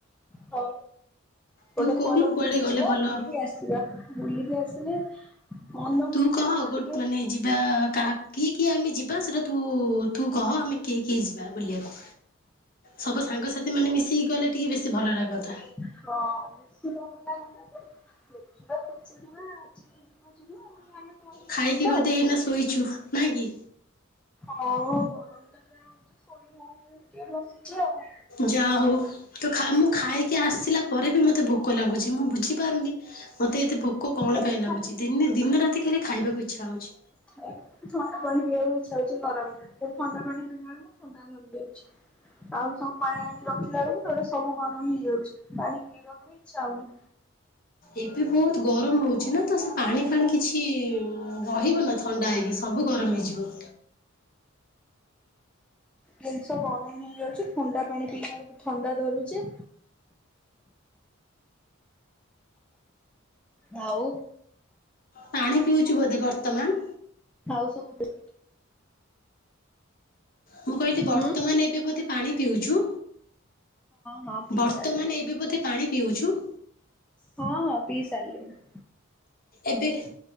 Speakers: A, in the centre; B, on the left.
A: ହଁ।
B: ତୁ
A: ଗୋଟେ
B: କହୁନୁ
A: କୁଆଡେ ବୁଲିଯିବା
B: ଗଲେ ଭଲ
A: ବୁଲିକି
B: ହବ?
A: ଆସିବା ବୁଲିକି ଆସିଲେ ମନ
B: ତୁ
A: ଭଲ
B: କହ
A: ଲାଗିବ
B: ଗୋ
A: ଟିକେ।
B: ମାନେ ଯିବା କାହା କିଏ କିଏ ଆମେ ଯିବା ସେଟା ତୁ ତୁ କହ ଆମେ କିଏ କିଏ ଯିବା ବୁଲିବାକୁ। ସବୁ ସାଙ୍ଗସାଥି ମାନେ ମିଶିକି ଗଲେ ଟିକେ ବେଶୀ ଭଲ ଲାଗନ୍ତା।
A: ହଁ ବେଶୀ ଭଲ ଲାଗନା ଦେଖିବା ପଚାରିବା ଆଜି ହଁ ଯିବା ଆଉ ଆମେ ତୋର ମୋର
B: ଖାଇକି
A: ଯିବା
B: ବୋଧେ
A: ଆଉ।
B: ଏଇନା ଶୋଇଛୁ ନା କି?
A: ହଁ ଗରମ ଟା ହୋଉଛି ଶୋଇ ହୋଉନି ଟିକେ ବସିଛି ଆଉ।
B: ଯାହା ହୋଉ ତ ମୁଁ ଖାଇକି ଆସିଲା ପରେ ବି ମୋତେ ଭୋକ ଲାଗୁଛି ମୁଁ ବୁଝିପାରୁନି ମତେ ଏତେ ଭୋକ କଣ
A: ଏବେ
B: ପାଇଁ ଲାଗୁଛି
A: ଖାଲି
B: ଦିନେ ଦିନ ରାତି ଖଲି ଖାଇବାକୁ ଇଚ୍ଛା ହୋଉଛି।
A: ଖାଇ ଥଣ୍ଡା ପାଣି ପିଇବାକୁ ଇଚ୍ଛା ହୋଉଛି ଗରମ ନା ଥଣ୍ଡା ପାଣି ପିଲାବେଳକୁ ଥଣ୍ଡା କମି ଯାଉଛି ଆଉ ସବୁ ପାଣି ଆଣି ରଖିଲା ବେଳକୁ ସେଟା ସବୁ ଗରମ ହେଇଯାଉଛି। ପାଣି ପିଇବାକୁ ବି ଇଚ୍ଛା ହୋଉନି।
B: ଏବେ ବହୁତ ଗରମ ହୋଉଛି ନା ତ ସେ ପାଣି ଫାଣି କିଛି ରହିଗଲା ଥଣ୍ଡା ହେଇକି ସବୁ ଗରମ ହେଇଯିବ।
A: ଜିନିଷ ଗରମ ହେଇଯାଉଛି ଥଣ୍ଡା ପାଣି ପିଇବା ବେଳକୁ ଥଣ୍ଡା ଧରୁଛି। ଆଉ
B: ପାଣି ପିଉଚୁ ବୋଧେ ବର୍ତ୍ତମାନ?
A: ଆଉ ସବୁ
B: ମୁଁ କହିଲି ବର୍ତ୍ତମାନ
A: ହଁ
B: ଏବେ ବୋଧେ ପାଣି ପିଉଚୁ?
A: ହଁ ପିଇ
B: ବର୍ତ୍ତମାନ
A: ସାରିଲେଣି
B: ଏବେ ବୋଧେ ପାଣି ପିଉଚୁ?
A: ହଁ ହଁ ପିଇ ସାରିଲିଣି।
B: ଏବେ